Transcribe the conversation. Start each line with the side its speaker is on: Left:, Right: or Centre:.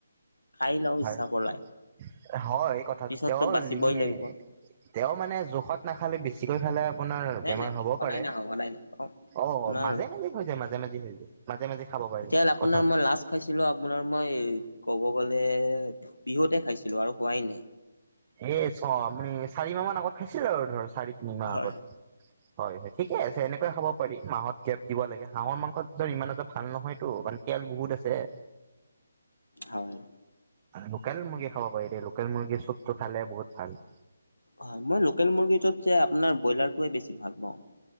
Left: খাই লওঁ
Right: হয়
Left: ইচ্ছা পলাই
Right: <inaudible> হয় এই কথাটো
Left: পিছততো
Right: তেওঁৰ
Left: বাচিবই
Right: লিমিয়ে
Left: লাগিব
Right: <unintelligible> তেওঁ মানে জোখত নাখালে বেছিকৈ খালে আপোনাৰ
Left: নাই
Right: বেমাৰ
Left: নাই
Right: হ'ব
Left: নাই সদায়
Right: পাৰে।
Left: নাখাওঁ সদায় নাখাওঁ
Right: অ
Left: আপোনাৰ
Right: মাজে-মাজে হৈ যায়, মাজে-মাজে হৈ যায়। মাজে-মাজে খাব পাৰি।
Left: এতিয়া আপোনাৰ
Right: কথা <inaudible>
Left: মই লাষ্ট খাইছিলোঁ আপোনাৰ মই ক'ব গ'লে বিহুতে খাইছিলোঁ আৰু খোৱাই নাই। <unintelligible>
Right: এ চ মানে চাৰিমাহ মান আগত খাইছিল আৰু ধৰ চাৰি, তিনি মাহ
Left: হয়।
Right: আগত <unintelligible> হয়-হয় ঠিকে আছে এনেকৈ খাব পাৰি মাহত গেফ দিব লাগে, হাঁহৰ মাংস ইমান এটা ভাল নহয়তো মানে <inaudible> তেল বহুত আছে। <inaudible>
Left: হয়।
Right: লোকেল মুৰ্গী খাব পাৰি দেই, লোকেল মুৰ্গীৰ চুপটো খালে বহুত ভাল। <inaudible>
Left: হয়। মই লোকেল মুৰ্গীটোতকে আপোনাৰ ব্ৰইলাৰটোৱে বেছি ভাল পাওঁ। <inaudible>